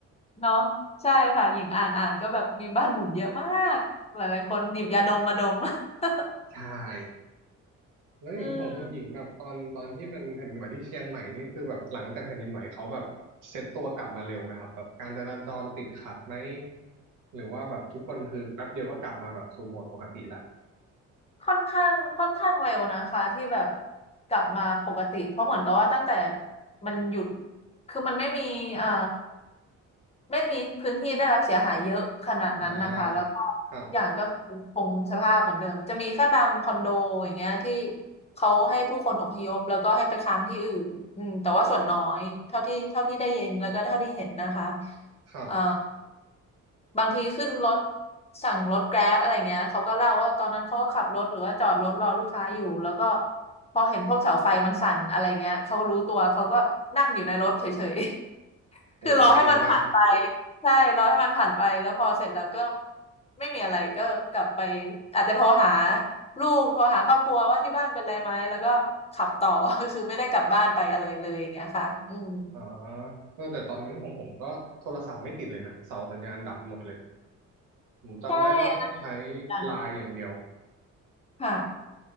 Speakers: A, on the left (about 20°); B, on the right (about 90°).
A: เนาะใช่ค่ะหญิงอ่านอ่านก็แบบมีบ้านหมุนเยอะมากหลายๆคนหยิบยาดมมาดม <laughs>
B: ใช่แล้วอย่างนี้ของคุณหญิงแบบตอนตอนที่มันแผ่นดินไหวที่เชียงใหม่นี่คือแบบหลังจากแผ่นดินไหวเขาแบบเซ็ตตัวกลับมาเร็วไหมครับแบบการจราจรติดขัดไหม
A: อืม
B: หรือว่าแบบทุกคนคือแป๊บเดียวก็กลับมาแบบสู่โหมดปกติละ
A: ค่อนข้างค่อนข้างเร็วนะคะที่แบบกลับมาปกติเพราะเหมือนกับว่าตั้งแต่มันหยุดคือมันไม่มีเอ่อไม่มีพื้นที่ได้รับเสียหายเยอะขนาดนั้นนะคะแล้วก็
B: อ่าครับ
A: อย่างก็คงสภาพเหมือนเดิมจะมีแค่บางคอนโดอย่างเงี้ยที่เขาให้ผู้คนอพยพแล้วก็ให้ไปค้างที่อื่นอืมแต่ว่าส่วนน้อยเท่าที่เท่าที่ได้ยินแล้วก็เท่าที่เห็นนะคะ
B: ครับ
A: เอ่อบางทีขึ้นรถสั่งรถแกร็บอะไรเงี้ยเขาก็เล่าว่าตอนนั้นเขาก็ขับรถหรือว่าจอดรถรอลูกค้าอยู่แล้วก็พอเห็นพวกเสาไฟมันสั่นอะไรเงี้ยเขารู้ตัวเขาก็นั่งอยู่ในรถเฉยๆ
B: โหชิลมาก
A: <laughs> คือรอให้มันผ่านไปใช่รอให้มันผ่านไปแล้วพอเสร็จแล้วก็ไม่มีอะไรก็กลับไปอาจจะโทรหาลูกโทรหาครอบครัวว่าที่บ้านเป็นไรไหมแล้วก็ขับต่อ <laughs> คือไม่ได้กลับบ้านไปอะไรเลยอย่างเงี้ยค่ะอืม
B: อ๋อเออแต่ตอนนั้นของผมก็โทรศัพท์ไม่ติดเลยนะ เสาสัญญาณดับหมดเลยผมจำได้ว่าต้องใช้
A: ใช่อันนั้นเหมือนกัน
B: ไลน์อย่างเดียว
A: ค่ะ